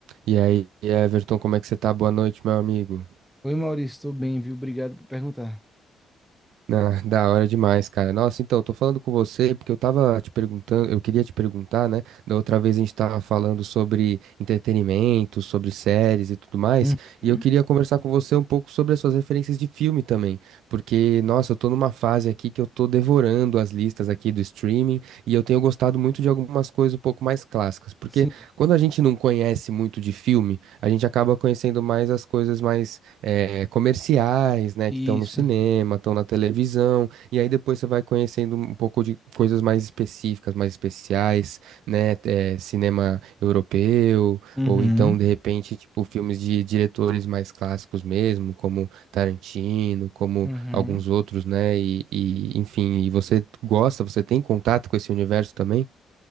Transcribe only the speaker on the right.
E aí, Everton, como é que você tá? Boa noite, meu amigo.
Ah, da hora demais, cara. Nossa, então, eu tô falando com você porque eu tava te perguntando, eu queria te perguntar, né? Da outra vez a gente tava falando sobre entretenimento, sobre séries e tudo mais,
e eu queria conversar com você um pouco sobre as suas referências de filme também, porque, nossa, eu tô numa fase aqui que eu tô devorando as listas aqui do streaming e eu tenho gostado muito de algumas coisas um pouco mais clássicas, porque
quando a gente não conhece muito de filme, a gente acaba conhecendo mais as coisas mais eh, comerciais, né,
que estão no cinema, estão na televisão, e aí depois você vai conhecendo um pouco de coisas mais específicas, mais especiais, né, eh, cinema europeu,
ou então, de repente, tipo, filmes de diretores mais clássicos mesmo, como Tarantino, como
alguns outros, né, e, e enfim, e você gosta, você tem contato com esse universo também?